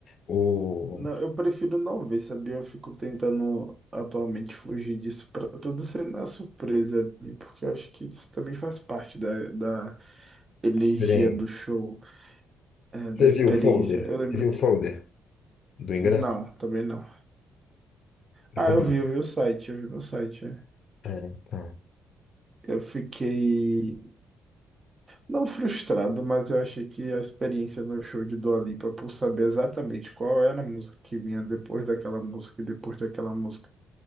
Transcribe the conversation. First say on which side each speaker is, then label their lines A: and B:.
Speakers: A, on the left; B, on the right.
A: o.
B: Não, eu prefiro não ver, sabia? Eu fico tentando atualmente fugir disso pra tudo ser na surpresa ali, porque eu acho que isso também faz parte da, da energia
A: Bem,
B: do show, é, da
A: Você
B: experiência.
A: viu o folder?
B: Eu lembro
A: Você viu
B: que.
A: o folder do ingresso?
B: Não, também não. Ah,
A: É bonito.
B: eu vi, eu vi o site, eu vi no site. é.
A: É, então.
B: Eu fiquei, não frustrado, mas eu achei que a experiência no show de Dua Lipa, por saber exatamente qual era a música que vinha depois daquela música e depois daquela música,